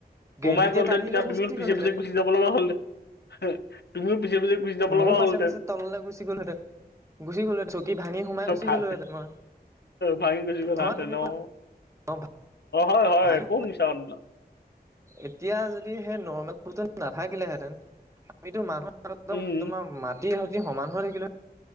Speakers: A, on the right; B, on the left.
A: গ্ৰেভিটিয়ে
B: সোমাই গ'লহেঁতেন
A: টানি
B: তেতিয়া
A: লৈ গুচি
B: তুমিও পিছে
A: গ'লহেঁতেন
B: পিছে গুচি যাব লগাহ'লহেঁতেন। তুমিও পিছে পিছে গুচি যাব লগাহ'লহেতেন।
A: ময়ো পাছে পাছে তললৈ গুচি গ'লোহেঁতেন গুচি গ'লো চকী ভাঙি সোমাই গুচি
B: ভাল,
A: গ'লোহেঁতেন মই
B: ভাঙি গুচি গলহেঁতেন
A: হয় তুমি
B: ন'
A: কোৱা
B: অ'।
A: অ
B: হয় হয়।
A: ভাঙি
B: ক'ত মিছা কথানো।
A: এতিয়া যদি সেই নৰ্মেল ফটো নাথাকিলেহেঁতেন আমিতো মানুহৰ আগত একদম
B: উম
A: তোমাৰ মাটি খাতি সমান হৈ থাকিলো